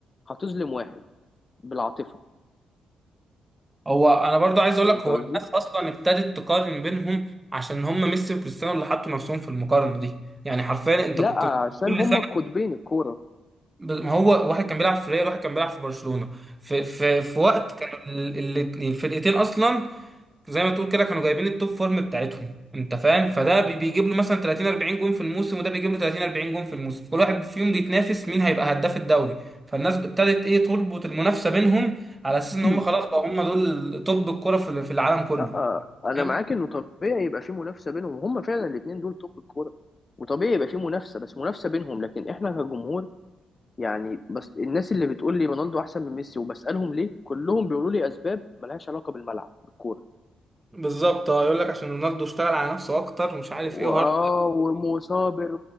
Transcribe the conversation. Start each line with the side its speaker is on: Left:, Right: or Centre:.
Left: هتظلم واحد بالعاطفه
Right: هو انا برضو عايز اقول
Left: فهمت
Right: لك هو
Left: قصدي
Right: الناس اصلا ابتدت تقارن بينهم عشان هم ميسي وكريستيانو اللي حطوا نفسهم في المقارنه دي يعني حرفيا انت
Left: لا
Right: كنت
Left: عشان
Right: كل
Left: هما القطبين الكوره
Right: ب- ما هو واحد كان بيلعب في ريال واحد كان بيلعب في برشلونة في في في وقت كان ال- ال- الفرقتين اصلا زي ما تقول كده كانوا جايبين التوب فورم بتاعتهم انت فاهم فده بي- بيجيب له مثلا 30 40 جون في الموسم وده بيجيب له 30 40 جون في الموسم كل واحد فيهم بيتنافس مين هيبقى هداف الدوري فالناس ابتدت ايه تربط المنافسة بينهم على اساس ان
Left: م?
Right: هم خلاص بقى هم دول توب الكرة في في العالم كله
Left: لا انا
Right: فاهم
Left: معاك انه طبيعي يبقى في منافسه بينهم وهم فعلا الاثنين دول توب الكوره وطبيعي يبقى في منافسه بس منافسه بينهم لكن احنا كجمهور يعني بس الناس اللي بتقول لي رونالدو احسن من ميسي وبسالهم ليه كلهم بيقولوا لي اسباب ملهاش علاقه بالملعب بالكوره
Right: بالظبط اه يقول لك عشان رونالدو اشتغل على نفسه اكتر ومش عارف
Left: واه
Right: ايه وهارد
Left: ومصابر